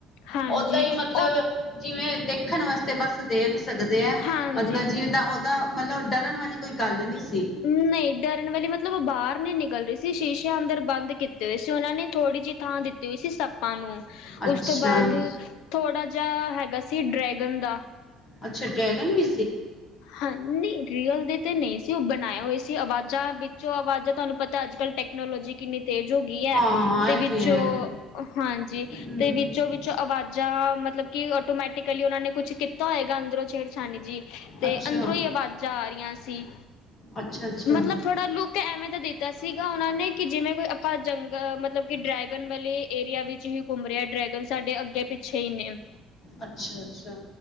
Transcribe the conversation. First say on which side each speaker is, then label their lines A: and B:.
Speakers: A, on the left; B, on the left.
A: ਹਾਂਜੀ
B: ਉਹਦਾਂ ਹੀ ਮਤਲਬ
A: ਉਹ
B: ਜਿਵੇਂ ਦੇਖਣ ਵਾਸਤੇ ਬਸ ਦੇਖ ਸਕਦੇ ਹੈ
A: ਹਾਂਜੀ
B: ਮਤਲਬ ਜਿੱਦਾ ਉਹਦਾ ਮਤਲਬ ਡਰਨ ਵਾਲੀ ਕੋਈ ਗੱਲ ਨਹੀਂ ਸੀ
A: ਨਹੀਂ ਡਰਨ ਵਾਲੀ ਮਤਲਬ ਉਹ ਬਾਹਰ ਨੀ ਨਿਕਲ ਰਹੀ ਸੀ ਸ਼ੀਸ਼ਿਆਂ ਅੰਦਰ ਬੰਦ ਕੀਤੇ ਹੋਏ ਸੀ ਉਹਨਾਂ ਨੇ ਥੋੜ੍ਹੀ ਜਿਹੀ ਥਾਂ ਦਿੱਤੀ ਹੋਈ ਸੀ ਸੱਪਾਂ ਨੂੰ
B: ਅੱਛਾ
A: ਉਸ ਤੋਂ ਬਾਅਦ ਥੋੜਾ, ਹੈਗਾ ਸੀ ਡਰੈਗਨ ਦਾ
B: ਅੱਛਾ ਡਰੈਗਨ ਵੀ
A: ਹਨ ਨੀ ਰੀਅਲ ਦੇ ਤੇ ਨਹੀਂ ਸੀ ਉਹ ਬਣਾਏ ਹੋਏ ਸੀ ਆਵਾਜ਼ਾਂ ਵਿੱਚੋਂ ਆਵਾਜ਼ਾਂ ਤੁਹਾਨੂੰ ਪਤਾ ਅੱਜ ਕੱਲ੍ਹ ਟੈਕਨੋਲੋਜੀ ਕਿੰਨੀ ਤੇਜ ਹੋ ਗਈ ਹੈ
B: ਹਾਂ
A: ਤੇ
B: ਇਹ
A: ਵਿੱਚੋਂ
B: ਹੈ
A: ਹਾਂਜੀ
B: ਹਮ
A: ਤੇ ਵਿੱਚੋਂ ਵਿੱਚੋਂ ਆਵਾਜ਼ਾਂ ਮਤਲਬ ਕਿ ਆਟੋਮੈਟਿਕਲੀ ਉਹਨਾਂ ਨੇ ਕੁਛ ਕੀਤਾ ਹੋਏਗਾ ਅੰਦਰੋਂ ਛੇੜਛਾਨੀ ਜੀ ਤੇ
B: ਅੱਛਾ
A: ਅੰਦਰੋਂ ਹੀ ਆਵਾਜ਼ਾਂ ਆ ਰਹੀਆਂ ਸੀ
B: ਅੱਛਾ ਅੱਛਾ
A: ਮਤਲਬ ਥੋੜਾ ਲੁੱਕ ਐਵੇਂ ਤਾਂ ਦਿੱਤਾ ਸੀਗਾ ਉਹਨਾਂ ਨੇ ਕਿ ਜਿਵੇਂ ਕੋਈ ਆਪਾਂ ਜੰਗਲ ਮਤਲਬ ਕਿ ਡ੍ਰੈਗ ਐਮ ਐਲ ਲੈ ਏਰੀਆ ਵਿੱਚ ਵੀ ਘੁੰਮ ਰਿਹਾ ਡਰੈਗਨ ਸਾਡੇ ਅੱਗੇ ਪਿੱਛੇ ਹੀ ਨੇੇ
B: ਅੱਛਾ ਅੱਛਾ,